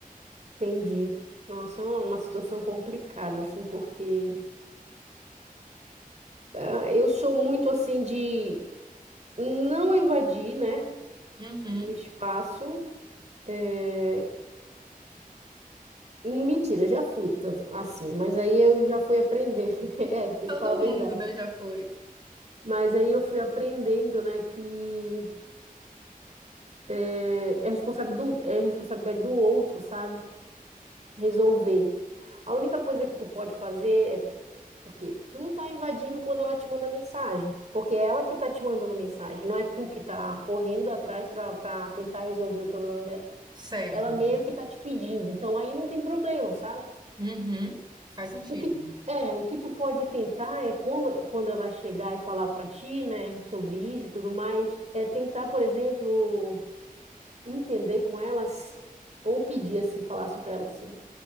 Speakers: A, on the right (about 50°); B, on the right (about 30°).
A: entendi. Nossa, é uma uma situação complicada, assim, porque ah, eu sou muito assim de não invadir, né,
B: Uhum.
A: o espaço. eh, Mentira, já fui tanto assim, mas aí eu já fui aprender. <laughs> É, tem
B: Todo
A: que falar a verdade.
B: mundo, né, já foi.
A: Mas aí eu fui aprendendo, né, que é, é responsável do, é responsabilidade do outro, sabe? Resolver. A única coisa que tu pode fazer é porque, porque tu não tá invadindo quando ela te manda mensagem, porque é ela que tá te mandando mensagem, não é tu que tá correndo atrás pra para tentar resolver o problema dela.
B: Certo.
A: Ela meio que tá te pedindo, então aí não tem problema, sabe?
B: Uhum. Faz sentido.
A: O que, é, o que tu pode tentar é quando, quando ela chegar e falar para ti, né, sobre isso e tudo mais, é tentar, por exemplo, entender com elas ou pedir assim, falar assim para ela assim: